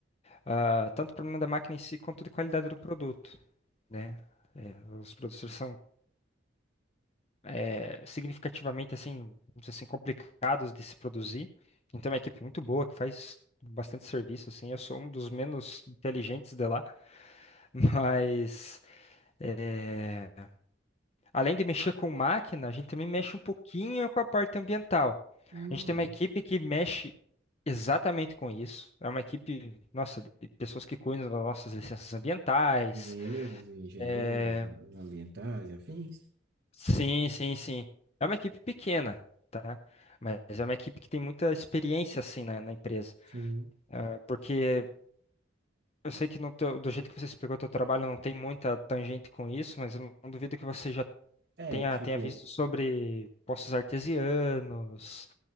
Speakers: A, on the left (about 35°); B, on the right (about 60°).
A: ah, tanto problema da máquina em si quanto de qualidade do produto, né? É, os produtores são é, significativamente assim, vamos dizer assim, complicados de se produzir. Então é uma equipe muito boa que faz bastante serviço assim. Eu sou um dos menos inteligentes de lá, <laughs> mas é, além de mexer com máquina, a gente também mexe um pouquinho com a parte ambiental.
B: Hum,
A: A gente tem uma equipe que mexe Exatamente com isso. É uma equipe, nossa, de pessoas que cuidam das nossas licenças ambientais,
B: engenheiros e engenheiras
A: é,
B: ambientais e afins.
A: Sim, sim, sim. É uma equipe pequena, tá? Mas é uma equipe que tem muita experiência, assim, na, na empresa.
B: Sim.
A: Ah, porque eu sei que no teu- do jeito que você explicou o teu trabalho não tem muita tangente com isso, mas eu não, não duvido que você já
B: É,
A: tenha,
B: tipo,
A: tenha visto sobre poços artesianos,